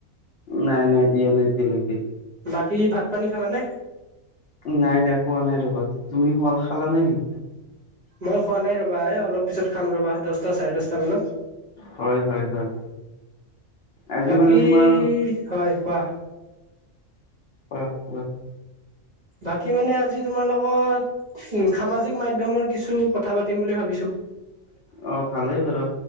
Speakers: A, on the left (about 65°); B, on the right (about 45°).
A: নাই নাই দিয়া নাই এতিয়ালৈকে।
B: বাকী ভাত পানী খালানে।
A: নাই নাই খোৱা নাই আৰু ভাত তুমি শোৱাল খালা নেকি।
B: মই খোৱা নাই ৰবা এ অলপ পিছত খাম ৰবা দহটা চাৰে দহটা মানত।
A: হয় হয় হয় আজি
B: বাকী
A: মানে তোমাৰ
B: হয় কোৱা।
A: উম্ খোৱা।
B: বাকী মানে আজি তোমাৰ লগত। সামাজিক মাধ্যমত কিছু কথা পাতিম বুলি ভাবিছোঁ।
A: অ ভালেই বাৰু